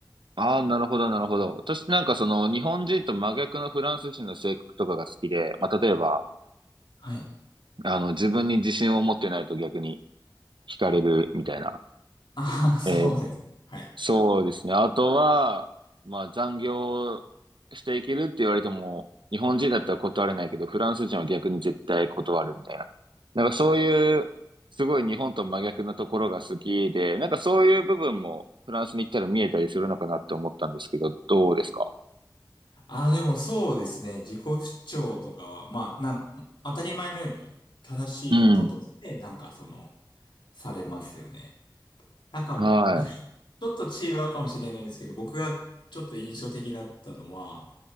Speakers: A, on the right; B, on the left.
A: ああ、なるほど、なるほど。私なんかその日本人と真逆のフランス人の性格とかが好きで、まあ例えば、
B: はい。
A: あの自分に自信を持ってないと逆に惹かれるみたいな。
B: ああ、そうですね。
A: えー
B: はい。
A: そうですね。あとは、まあ残業していけるって言われても、日本人だったら断れないけど、フランス人は逆に絶対断るみたいな。なんかそういう、すごい日本と真逆なところが好きで、なんかそういう部分もフランスに行ったら見えたりするのかなって思ったんですけど、どうですか
B: ああ、でもそうですね。自己主張とかは、まあ、なん、当たり前のように正しいこととして、
A: うん。
B: なんかその、されますよね。なんか、
A: は
B: ちょっと違うかもしれないんですけど、僕がちょっと印象的だったのは、